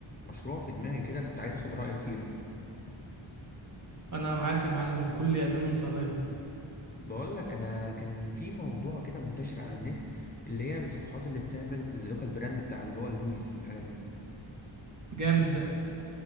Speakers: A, on the left (about 20°); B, on the right (about 35°).
A: مشروع في دماغي كده كنت عايز اخد رأيك فيها
B: انا معاك يا معلم كل اذان صاغية
A: بقول لك انا كان في موضوع كده منتشر على النت اللي هي الصفحات اللي بتعمل اللوكال براند بتاع اللي هو الهوديز والحاجات دي
B: جامد ده